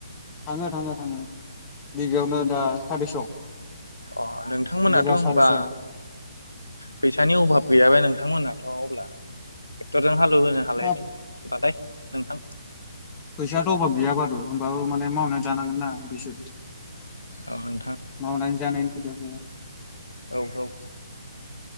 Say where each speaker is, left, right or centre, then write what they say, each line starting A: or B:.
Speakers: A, on the left; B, on the left.
A: थाङो थाङो थाङो। बिगायावनो दा सारिस'।
B: अ नोंथांमोनाथ'
A: बिगा
B: होनबा
A: सारिस'
B: फैसानि अभाब गैयाबे नोंथांमोनाथ' अब्ला। जों हालएवहोनो होनोनो हालायदों
A: हाब
B: बालाय। नोंथां।
A: फैसायाथ' अभाब गैया बारु होमबाबो माने मावनानै जानांगोन ना बिसो।
B: औ नोंथां।
A: मावनानै जानायनि खोथायावसो।
B: औ औ।